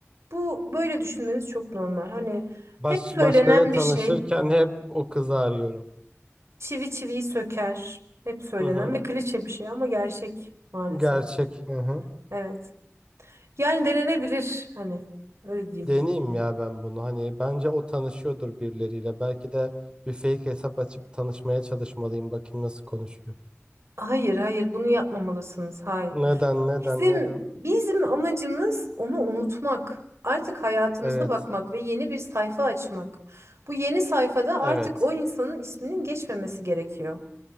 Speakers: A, on the right; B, on the right.
A: Bu böyle düşünmeniz çok normal. Hani
B: Baş,
A: hep söylenen
B: başkaları tanışırken
A: bir şey
B: hep o kızı arıyorum.
A: çivi çiviyi söker. Hep söylenen
B: Hı hı.
A: ve klişe bir şey ama gerçek maalesef.
B: Gerçek. Hı hı.
A: Evet. Yani denenebilir hani öyle diyeyim.
B: Deneyeyim ya ben bunu. Hani bence o tanışıyordur birileriyle. Belki de bir fake hesap açıp tanışmaya çalışmalıyım. Bakayım nasıl konuşuyor.
A: Hayır, hayır bunu yapmamalısınız. Hayır.
B: Neden, neden,
A: Bizim
B: neden?
A: bizim amacımız onu unutmak. Artık hayatımıza
B: Evet.
A: bakmak ve yeni bir sayfa açmak. Bu yeni sayfada artık
B: Evet.
A: o insanın isminin geçmemesi gerekiyor.